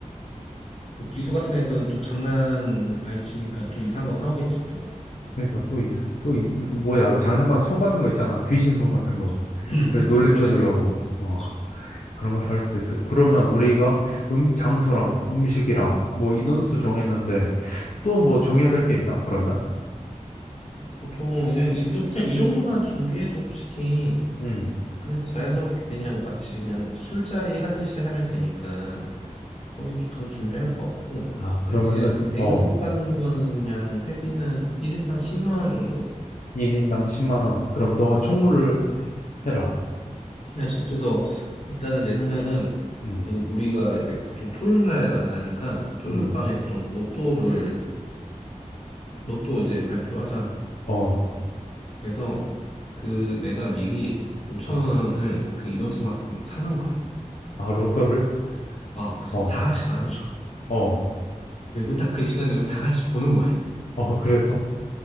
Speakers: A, on the left; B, on the left.
A: 뭐 기수 같은 애들은 또 장난 많이 치니까 또 이상한 거 사오겠지 또.
B: 그러니까 또, 이, 또 이- 이거 뭐야 장난감 손 같은 거 있잖아. 귀신 손 같은 거.
A: <clears throat>
B: 그래 놀래켜
A: 맞아. 그런 애들은
B: 주려고. 어,
A: 맞아.
B: 그런 거 살 수도 있어. 그러면 우리가 음 장소랑 음식이랑 뭐 인원수 정했는데 또 뭐 정해야 될 게 있나? 그러면?
A: 보통 그냥 이, 그, 그냥 이 정도만 준비해도 솔직히
B: 음.
A: 그냥 자연스럽게 그냥 마치 그냥 술자리 하듯이 하면 되니까 거의 주- 더 준비할 것 같고
B: 아, 그러면은,
A: 이제 내가
B: 어,
A: 생각하는 거는 그냥 회비는 1인당 10만 원 정도
B: 1인당 10만 원. 그럼 너가 총무를
A: 어,
B: 해라.
A: 해야지. 그래서 일단은 내 생각은
B: 음,
A: 우리가 이제 보통 토요일 날 만나니까 토요일
B: 음,
A: 밤에 보통 로또를 로또 이제 발표하잖아.
B: 어,
A: 그래서 그 내가 미리 5천
B: 어.
A: 원을 그 인원수만큼 사는 거야.
B: 아, 로또를?
A: 아, 그래서
B: 어,
A: 다 하나씩 나눠줘.
B: 어,
A: 그리고 딱 그 시간 되면 다 같이 보는 거야.
B: 어, 그래서?